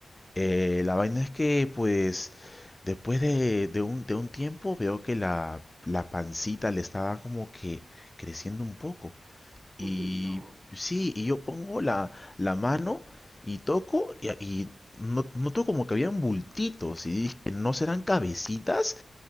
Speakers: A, on the left (about 25°); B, on the right (about 75°).
A: Eh, la vaina es que, pues, después de, de un, de un tiempo veo que la, la pancita le estaba como que creciendo un poco.
B: <laughs>
A: Y
B: Y no,
A: sí, y yo pongo la, la mano y toco y, y no- noto como que habían bultitos y dije, ¿no serán cabecitas?